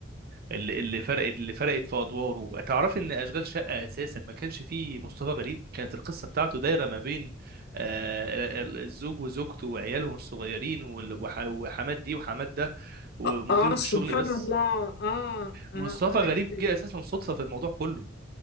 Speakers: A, on the right (about 50°); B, on the left (about 55°).
A: اللي اللي فرقت اللي فرقت في ادواره تعرف ان اشغال شقه اساسا ما كانش فيه مصطفى غريب كانت القصه بتاعته دايره ما بين آه، ال- الزوج وزوجته وعيالهم الصغيرين وال- وح- وحماد دي وحماد ده ومديره
B: اه آه،
A: في
B: سبحان
A: الشغل بس
B: الله اه آه،
A: مصطفى
B: قريت
A: غريب جه اساسا صدفه في الموضوع كله